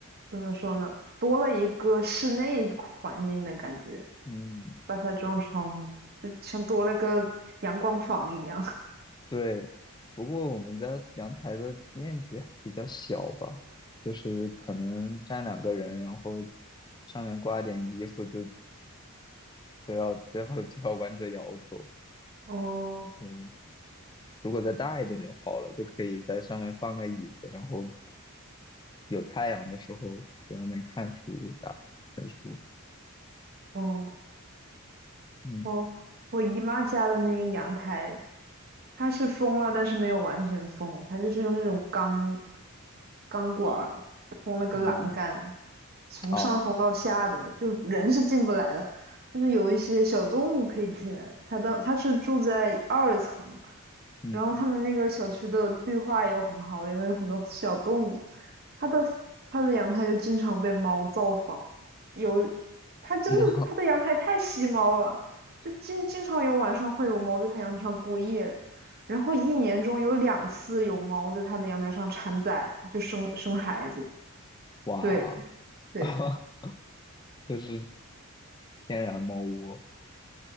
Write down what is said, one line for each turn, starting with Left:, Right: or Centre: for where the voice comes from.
Right: 怎么说呢，多了一个室内环境的感觉。
Left: 嗯，
Right: 把它装窗户，就像多了个阳光房一样。<laughs>
Left: 对，不过我们家阳台的面积还比较小吧，就是可能站两个人，然后上面挂一点衣服就，就要就要就要弯着腰走。
Right: 哦
Left: 嗯，如果再大一点就好了，就可以在上面放个椅子，然后有太阳的时候在外面看书啥，的。看书。
Right: 哦，
Left: 嗯
Right: 我我姨妈家的那个阳台，它是封了，但是没有完全封，它就是用那种钢钢管儿封了个栏杆，
Left: 嗯
Right: 从上缝到下的，
Left: 哦
Right: 就人是进不来的，但是有一些小动物可以进来。它当它是住在二层，
Left: 嗯
Right: 然后他们那个小区的绿化又很好，也有很多小动物。它的它的阳台就经常被猫造访，有它真的它的阳台太吸猫了，
Left: 嗯
Right: 就经经常有晚上会有猫在它阳台上过夜。然后一年中有两次有猫在它的阳台上产崽，就生生孩子。
Left: <laughs> 哇，
Right: 对对。
Left: <laughs> 这是天然猫窝，